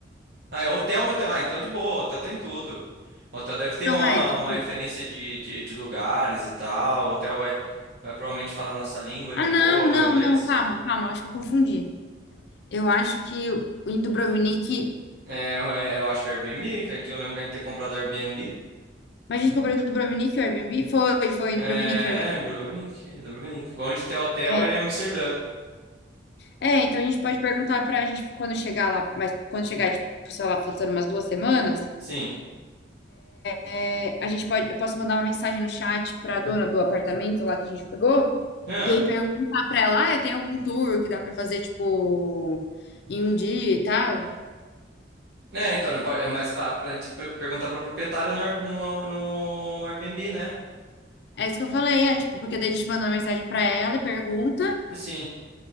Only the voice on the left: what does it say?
Não
é, tipo...
Ah,
não, não,
não, calma, calma, acho que eu confundi. Eu acho que o em Dubrovnik...
Mas a gente comprou em Dubrovnik o Airbnb? Foi, foi em
Dubrovnik o Airbnb.
É.
É, então a gente pode perguntar pra gente quando chegar lá, mas quando chegar, tipo, sei lá, faltando umas duas semanas,
É, a gente pode, eu posso mandar uma mensagem no chat para a dona do apartamento lá que a gente pegou
e aí perguntar para ela, ah, tem algum tour que dá para fazer tipo em um dia e tal?
É isso que eu falei, é tipo, porque daí a gente manda uma mensagem para ela e pergunta